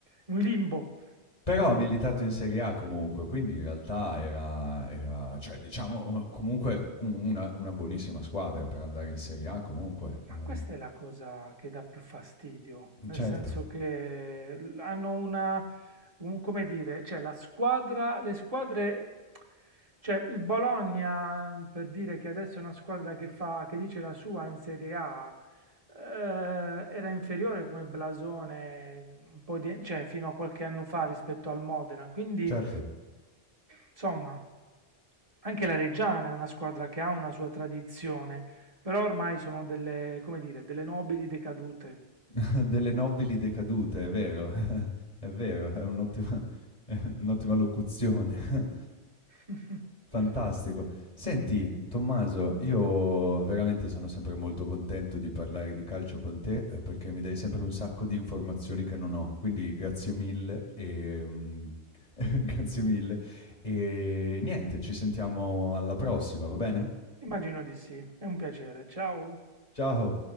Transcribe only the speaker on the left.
Però ha militato in Serie A comunque, quindi in realtà era, era- cioè, diciamo, eh, comunque un- una, una buonissima squadra per andare in Serie A comunque.
eh,
certo,
certo.
<laughs> Delle nobili decadute, è vero, è vero, è un'ottima, <laughs> è un'ottima locuzione.
Fantastico. Senti, Tommaso, io Veramente sono sempre molto contento di parlare di calcio con te eh, perché mi dai sempre un sacco di informazioni che non ho, quindi grazie mille e mm, <laughs> grazie mille e niente, ci sentiamo alla prossima, va bene?
Ciao!